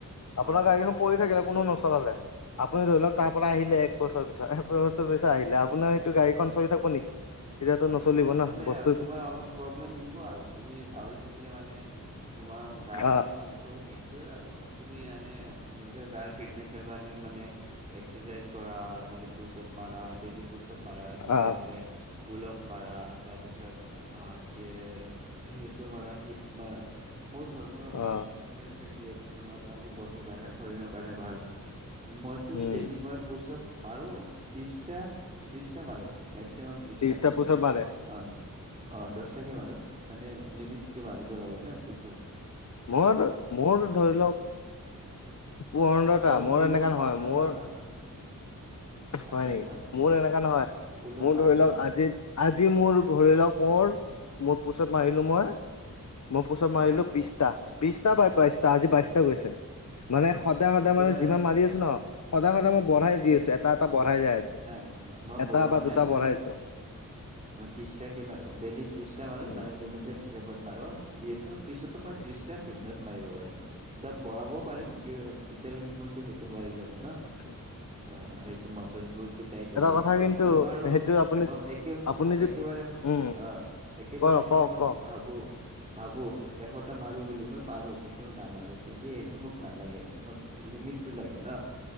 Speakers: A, on the left; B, on the right.
A: আপোনাৰ
B: অ
A: গাড়ীখন পৰি থাকিলে কোনো নচলালে আপুনি ধৰি লওক তাৰ পৰা আহিলে এক বছৰ পিছত এবছৰ পিছত আহিলে আপোনাৰ সেইটো গাড়ীখন চলি থাকব নেকি? তেতিয়াতো
B: এইটোতো
A: নচলিব
B: নচলে
A: না বস্তুটো
B: হয় তোমাৰ অলপ প্ৰব্লেম দিব আৰু তুমি দাউৰি থাকিলে মানে তোমাৰ গাৰ
A: আহ
B: কাৰণে ত' সেইটোৱে আৰু তুমি এনে নিজৰ গাৰ ফিটনেছৰ কাৰণে মানে এক্সাৰচাইজ কৰা ন'হলে পোচ আপ মাৰাবা ডেইলি পোচ আপ মাৰা তুমি
A: আহ
B: নহলে পোলাপ মাৰা তাৰপিছত আহ যে সেইটো মাৰা হিপছ মাৰা বহুত ধৰণৰ
A: আহ
B: এক্সাৰচাইজ আছে যিহেতু তোমাৰ কাৰণে বডিৰ কাৰণে শৰীৰৰ কাৰণে ভাল মইতো
A: উম
B: ডেইলি মই পোচ আপ মাৰো ত্ৰিশটা ত্ৰিশটা মাৰো মেক্সিমাম ত্ৰিশ
A: ত্ৰিশটা
B: টা মাৰো
A: পোচাপ মাৰে
B: অ দহ তাৰিখে মাৰো মানে লিমিটকে মাৰিব লাগে ন পোচআপ
A: মোইটো মোৰটো ধৰি লওক পূৰ্নটা
B: আৰু
A: মোৰ
B: পুলপ
A: এনেকা নহয়
B: আঠটা
A: মোৰ
B: মান মাৰো। আঠটাকে
A: হয় নেকি
B: মাৰো
A: মোৰ এনেকা নহয়
B: পুলপ
A: মোৰ
B: আঠটা
A: ধৰি লওক
B: মাৰো
A: আজি আজি মোৰ ধৰিলক মোৰ মোৰ পোছআপ মাৰিলোঁ মই মই পোচ আপ মাৰিলো
B: অ',
A: বিছটা। বিশটা বা বাইশটা আজি বাইশটা গৈছে, মানে সদায় সদায়
B: একেবাৰে
A: মানে যিমান মাৰি আছো ন' সদায় সদায় মই বঢ়াই দি
B: উম,
A: আছো এটা এটা বঢ়াই যাই আছো,
B: নাই মই
A: এটা
B: বৰুৱা
A: বা
B: নাই
A: দুটা
B: মানে
A: বঢ়াই আছো।
B: মই ত্ৰিশটাকে মাৰো ডেইলি ত্ৰিশটা মাৰো,
A: উম
B: মানে লিমিটত হিচাপত মাৰো যিহেতু পিছতো
A: তাকে।
B: মই ত্ৰিশটা বিন্দাচ মাৰিব পাৰিম দ' বঢ়াবও পাৰিম, কি তেতিয়ালৈকে মোৰতো সেইটো বাঢ়ি যাব ন'।
A: উমহুম
B: আহ সেইটো মাচলচ বোৰো টাইট হৈ যাব,
A: কথা কিন্তু
B: মই পাৰো
A: সেইটো আপুনি
B: মই একে
A: আপুনি যদি
B: একেবাৰে
A: উম
B: আহ' একেবাৰে
A: ক
B: যদি
A: কওক
B: মই
A: কওক
B: ভাবো ভাবো এশটা মাৰো বুলি মই পাৰো কিন্তু নামাৰো, কি সেইটো মোক নালাগে মই লিমিটটো লাগে ন'।